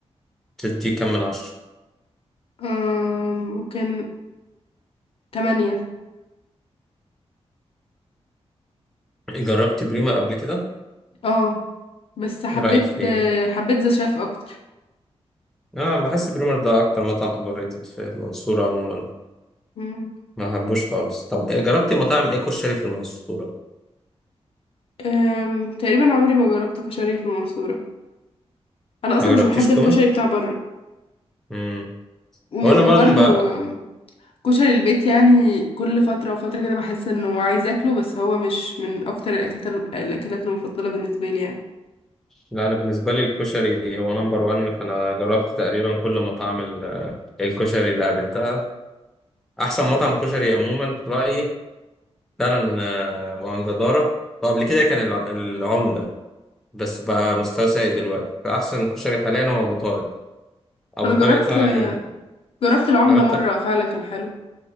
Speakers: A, in the centre; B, on the left (about 60°).
A: تدي كام من عشرة
B: آم، ممكن تمانية
A: جربت بريمر قبل كده
B: اه بس حبيت
A: ايه رأيك فيه
B: حبيت ذا شيف أكتر
A: اه بحس بريمر ده اكتر مطعم اوفر ريتد في المنصورة عموما
B: مم.
A: ما بحبوش خالص طب إيه- جربت مطاعم ايه كشري في المنصورة
B: آم، تقريبا عمري ما جربت كشري في المنصورة أنا أصلا
A: ما جربتيش
B: مش بحب الكشري
A: تومة
B: بتاع بره
A: امم
B: وم-
A: هو انا
B: وبرضه
A: برضو بقى...
B: كشري البيت يعني كل فترة وفترة كده بحس انه عايز اكله بس هو مش من اكتر الاكلات الاكلات المفضلة بالنسبة لي يعني
A: لا انا بالنسبه لي الكشري هو نمبر 1 فانا جربت تقريبا كل مطاعم ال- الكشري اللي قابلتها احسن مطعم كشري عموما في رايي فعلا آه، وعن جداره وقبل كده كان الع- العمده بس بقى مستوى سيء دلوقتي فاحسن كشري حاليا هو ابو طارق ابو
B: انا
A: طارق
B: جربت
A: فعلا
B: جربت العمدة
A: جربت
B: مرة فعلا كان حلو